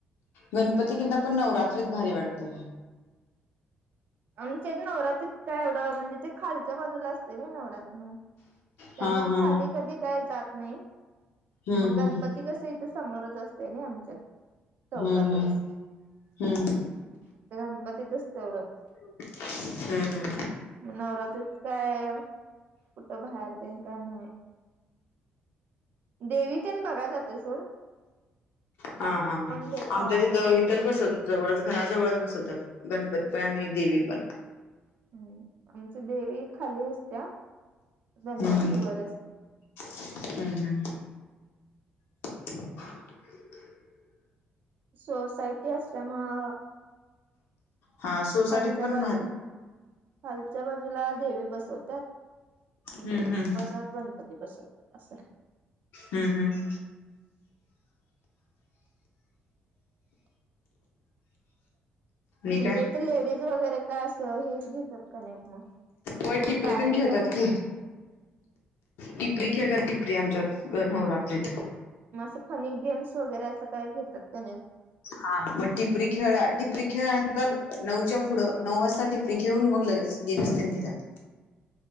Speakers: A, on the left; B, on the right.
A: गणपती किंद पण नवरात्रीत भारी वाटते.
B: आमच्या नवराततका एवढं म्हणजे ते खालच्या बाजूला असते मी नवरात. त्यामुळे
A: हा हा
B: खाली कधी काय जात नाही.
A: हम्म
B: मग
A: हम्म
B: गणपती कसं इथ समोरच असते ना आमच्यात. चौकातच
A: हम्म हम्म हम्म
B: तर गणपतीतच तेवढं
A: हम्म हम्म.
B: मग नवरात्रीच काय कुठं बाहेर ते नाय देवीतण बघाय जातो सर
A: हा हा
B: देखावा
A: आमच्या तिथं
B: तेन असतोय
A: इथंच बसत जवळच घराजवळच बसवतात गणपती पण आणि देवी पण.
B: हम्म आमच्या देवी खाली असत्या गणपती
A: हम्म
B: वर असते.
A: हम्म हम्म. <inaudible>
B: सोसायटी असल्या मूळ
A: हा सोसायटीत
B: खालच्या
A: पण
B: बाजूला
A: भारी
B: खालच्या बाजूला देवी बसवतात. आणि
A: हम्म हम्म
B: वर गणपती बसवतात असं.
A: हम्म हम्म.
B: <inaudible>
A: आणि
B: तुमच्या
A: काय
B: इथे लेडीज वगैरे काय असं हे घेतात का नाहीत मग
A: होय टिपरी
B: कार्यक्रम.
A: तेन खेळतात की टिपरी खेळतात टिपरी आमच्या नवरात्रीत.
B: मग असं फनी गेम्स वगैरे असं काय घेतात त्याने
A: हा मग टिपरी खेळ टिपरी खेळल्यानंतर नऊच्या पुढं नऊ वाजता टिपरी खेळून मग लगेच. गेम्स त्यांनी घेतात.
B: <inaudible>